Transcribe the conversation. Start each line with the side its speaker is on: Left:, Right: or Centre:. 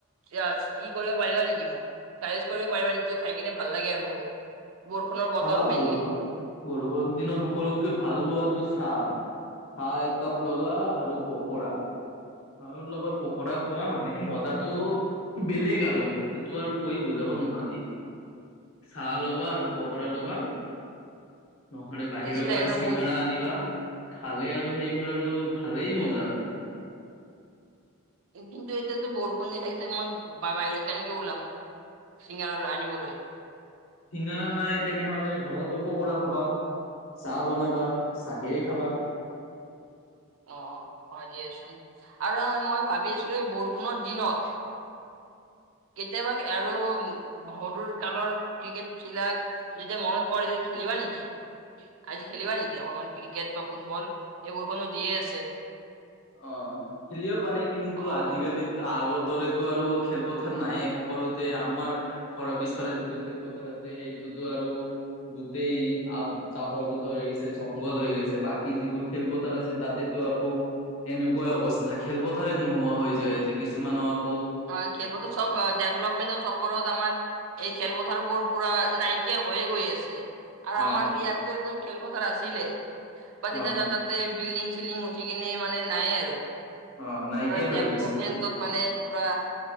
Right: চিৰাজ কি কৰিব পাৰিবা নেকি মোক চাজেষ্ট কৰিব পাৰিবা নেকি? যিটো খাই কিনে ভাল লাগে আৰু বহুত। বৰষুণৰ
Left: খাবা
Right: বতৰত মেইনলি
Left: বৰষুণ, বৰষুণৰ দিনত সকলোতকে ভাল হোৱাটো চা। চাহ এক কাপ লগা আৰু পকৰা। চাহ ৰ লগত পকোৰা খোৱা মানে মজাতটোও বেলেগ আৰু সেইটো আৰু কৈ বুজাব নোৱাৰি। চাহ ল'বা আৰু পকোৰা ল'বা নহ'লে বাহিৰৰ
Right: টেক্সি লাগে
Left: পৰা
Right: ন
Left: চিঙাৰা
Right: বহুত
Left: আনি দিবা খালে আৰু সেইবোৰ আৰু ভালেই মজা আৰু।
Right: একদিন ত'কিন্তু এতিতো বৰষুণ দি থাকিছে, মই বা বাহিৰত কেনেকে ওলাম? চিঙৰা আনিবলৈ।
Left: চিঙাৰা নাই তেনেহ'লে ঘৰতে পকোৰা খাবা চাহ বনাবা চাহেৰে খাবা।
Right: অ' অ' হয় দিয়াচোন আৰু নহয় মই ভাবি আছিলো এই বৰষুণৰ দিনত। কেতিয়াবা আৰু সৰুৰ কালৰ ক্ৰিকেট বিলাক যেতিয়া মনত পৰে যে, খেলিবা নেকি? আজি খেলিবা নেকি? অকমান ক্ৰিকেট বা ফুটবল এই বৰষুন দিয়ে আছে।
Left: অঁ, খেলিবা পাৰি কিন্তু
Right: অ-
Left: আজিকালি
Right: অ-
Left: ত' আগৰ দৰেতো আৰু খেলপথাৰ নাইয়ে সকলোতে আম্মাৰ ঘৰৰ পিছফালে যিটো খেলপথাৰ আছে সেইটোতো আৰু। গোটেই আব- জাবৰ জোথৰ হৈ গৈছে, জংঘল হৈ গৈছে, বাকী যিবোৰ খেলপথাৰ আছে, তাতেতো আকৌ তেনেকুৱাই অৱস্থা, খেলপথাৰে নোহোৱা হৈ যায় যে কিছুমানক।
Right: অয়, খেলপথাৰত চব ডেভলপমেনো চব কৰাত আমাৰ এই খেলপথাৰ বোৰ পুৰা নাইকিয়া হৈয়ে গৈ আছে। আৰু
Left: অ
Right: আমাৰ ইয়াতে তো খেলপথাৰ আছিলে, বা
Left: অ
Right: যেতিয়া যা তাত তে বিল্ডিং-চিল্ডিং উঠি কিনে মানে নাই আৰু
Left: অ নাইকিয়া
Right: পুৰা
Left: হৈ
Right: ডেভলপমেন্টত
Left: গৈছে গোটেই
Right: মানে পুৰা